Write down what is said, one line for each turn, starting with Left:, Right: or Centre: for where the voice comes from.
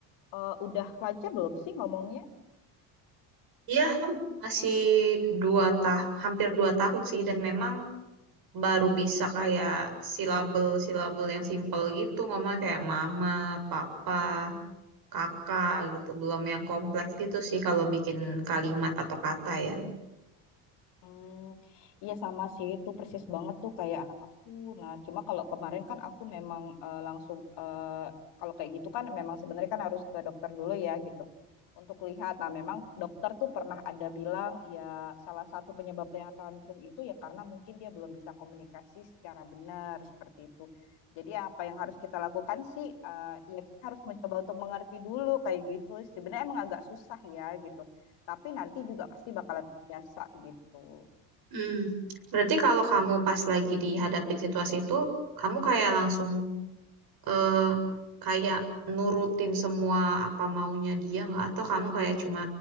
Left: eh, udah lancar belum sih ngomongnya?
Right: Iya, masih dua tahun, hampir dua tahun sih, dan memang baru bisa kayak silabel-silabel yang simple gitu, ngomong kayak mama, papa, kakak gitu, belum yang kompleks gitu sih kalau bikin kalimat atau kata ya.
Left: Hmm, iya sama sih itu persis banget tuh kayak anak aku. Nah, cuma kalau kemarin kan aku memang eh, langsung eh, kalau kayak gitu kan memang sebenarnya kan harus ke dokter dulu ya gitu untuk lihat. Nah, memang dokter tuh pernah ada bilang ya salah satu penyebab yang tantrum itu ya karena mungkin dia belum bisa komunikasi secara benar seperti itu. Jadi apa yang harus kita lakukan sih eh, ya kita harus mencoba untuk mengerti dulu kayak gitu. Sebenarnya emang agak susah ya gitu. Tapi nanti juga pasti bakalan biasa gitu.
Right: Hmm. Berarti kalau kamu pas lagi dihadapin situasi itu, kamu kayak langsung eh kayak nurutin semua apa maunya dia nggak atau kamu kayak cuma